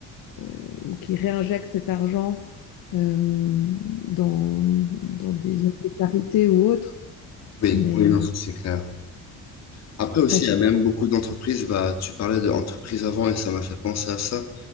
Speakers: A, on the left; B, on the left.
A: euh, ou qui réinjectent cet argent euh, dans, dans des solidarités ou autres.
B: Oui,
A: Mais
B: oui,
A: euh,
B: non, ça, c'est clair. Après aussi,
A: enfin, je
B: il y
A: sais
B: a même
A: pas
B: beaucoup d'entreprises, bah, tu parlais d'entreprises avant et ça m'a fait penser à ça,